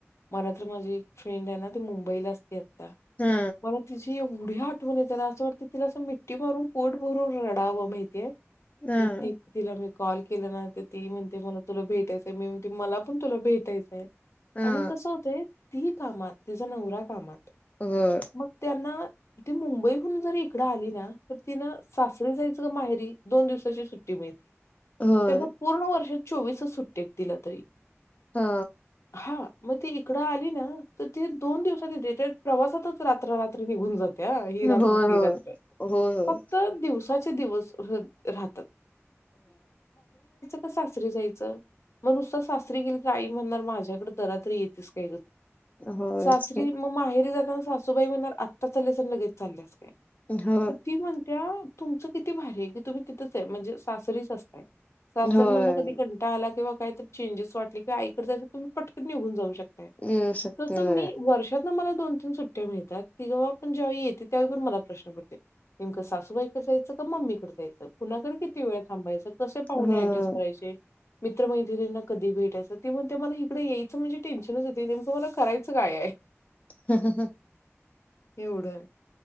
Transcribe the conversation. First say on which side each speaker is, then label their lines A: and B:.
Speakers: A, on the left (about 65°); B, on the left (about 30°).
A: मला तर माझी एक फ्रेंड आहे ना ती मुंबईला असते आता
B: हा
A: मला तिची एवढी एवढी आठवन येतेना असं वाटतं तिला असं मिट्टी मारून पोट भरून रडावं माहिते
B: हा
A: मी ती तिला मी कॉल केला नाही ती ते मला तुला भेटायचंय मी म्हणते मला पण तुला भेटायचंय
B: हा
A: आणि कसं होत ती कामात तिचा नवरा कामात
B: होय
A: मग त्यांना त मुंबईहून जरी इकडे इकडं आली ना तर ति ना सासरी जायचं का माहेरी दोन दिवसाची सुट्टी मिळती
B: होय
A: त्यांना पूर्ण वर्षात चोवीस सुट्टया तिला तरी
B: हा.
A: हा मग ती इकडं आली ना तर त दोन दिवसांनी द प्रवासातच रात्र रात्र निघून जात त्या हि
B: होय,
A: रात्र ति
B: होय.
A: रात्र
B: होय, होय.
A: फक्त दिवस तहेयच क <unintelligible> जायच म नुसतं सासरी गेली तर आई म्हणणार माझ्याकडे जरा तरी येेतीस काय
B: होय, होयच
A: सासरी
B: की.
A: मग माहेरी जाताना सासूबाई म्हण आत्ता चालेस लगेच चालल्यास काय
B: होय,
A: तर ती म्हणत्या तुमचं किती भारी आहे की तुम्ही तिथंच आहे म्हणजे सासरीच असतंय सासर
B: होय.
A: म्हण कधी कं आला किं काय तर चेंजेस वाट किंवा आई कडे जायचं तर तुम्ही पटकन निघून जाऊ शकता
B: येऊ शकते
A: तसं
B: होय.
A: मी वर्ष मला दोन तीन सुट्टया मिळतात ति पण ज्यावेळी येते त्यावेळी पण मला प्रश्न पडते नेमकं सासूबाई जायचं मम्मीकडे जायचं कुणाकड किती वेळ थांबायचं कसे पाहुणे
B: होय, होय.
A: ऍडजस्ट करायचे मित्रमैत्रणीना कधी भेटायचं ते म्हणते मला इकडं यायचं म्हणजे टेन्शनच हो नेमकं मला करायचं काय आहे.
B: हम् ह ह
A: एवढं